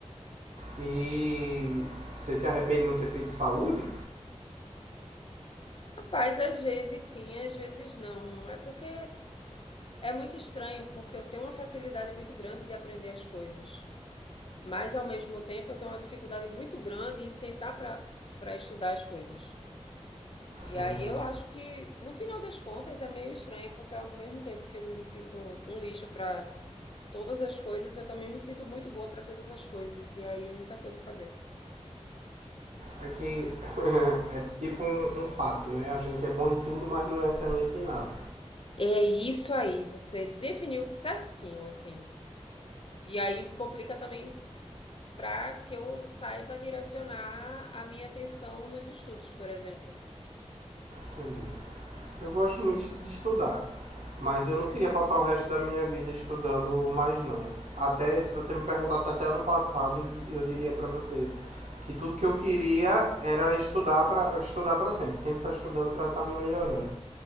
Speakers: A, on the right (about 80°); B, on the left (about 50°).
A: E você se arrepende de não ter feito saúde?
B: Rapaz, às vezes sim, às vezes não. É porque é muito estranho, porque eu tenho uma facilidade muito grande de aprender as coisas. Mas ao mesmo tempo eu tenho uma dificuldade muito grande em sentar pra, pra estudar as coisas. E
A: Uhum.
B: aí eu acho que, no final das contas, é meio estranho, porque ao mesmo tempo que eu me sinto um, um lixo pra todas as coisas, eu também me sinto muito boa pra todas as coisas. E aí eu nunca sei o que fazer.
A: É que é é tipo um, um pato, né? A gente é bom em tudo, mas não é excelente em nada.
B: É isso aí, você definiu certinho, assim. E aí complica também pra que eu saiba direcionar a minha atenção nos estudos, por exemplo.
A: Entendi. Eu gosto muito de estudar. Mas eu não queria passar o resto da minha vida estudando mais, não. Até se você me perguntasse até ano passado, eu diria pra você que tudo que eu queria era estudar para estudar para sempre, sempre estar estudando para estar me melhorando.